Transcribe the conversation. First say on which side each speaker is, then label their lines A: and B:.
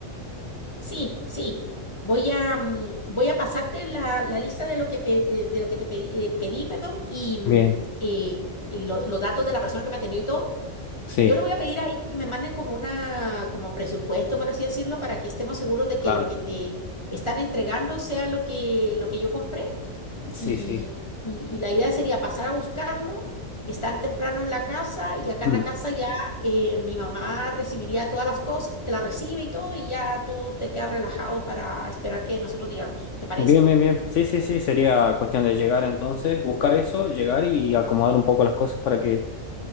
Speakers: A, on the left; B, on the left.
A: sí, sí. Voy a, mm, voy a pasarte la, la lista de lo que, pe- eh, de lo que te pedí, eh, pedí, perdón, y mm,
B: Bien,
A: eh, y lo- los datos de la persona que me atendió y todo,
B: sí,
A: Yo le voy a pedir a ellos que me manden como una, como presupuesto, por así decirlo, para que estemos seguros de
B: claro.
A: que lo que te están entregando sea lo que, lo que yo compré.
B: Sí,
A: Y,
B: sí.
A: y- y la idea sería pasar a buscarlo, estar temprano en la casa y acá
B: Mm.
A: en la casa ya eh, mi mamá recibiría todas las cosas, te la recibe y todo y ya tú te quedas relajado para esperar que nosotros digamos. ¿Te parece?
B: Bien, bien, bien. Sí, sí, sí. Sería cuestión de llegar entonces, buscar eso, llegar y acomodar un poco las cosas para que